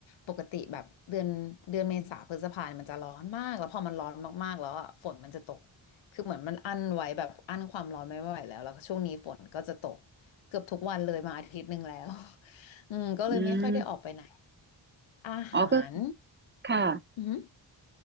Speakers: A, on the left; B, on the right.
A: ปกติแบบเดือนเดือนเมษาพฤษภาเนี่ยมันจะร้อนมาก แล้วพอมันร้อนมากๆแล้วอะฝนมันจะตก คือเหมือนมันอั้นไว้แบบอั้นความร้อนไม่ไหวแล้ว แล้วก็ช่วงนี้ฝนก็จะตกเกือบทุกวันเลยมาอาทิตย์หนึ่งแล้ว <laughs> อืมก็เลยไม่ค่อยได้ออกไปไหน
B: อืม
A: อาหาร
B: อ๋อก็ค่ะ
A: อืม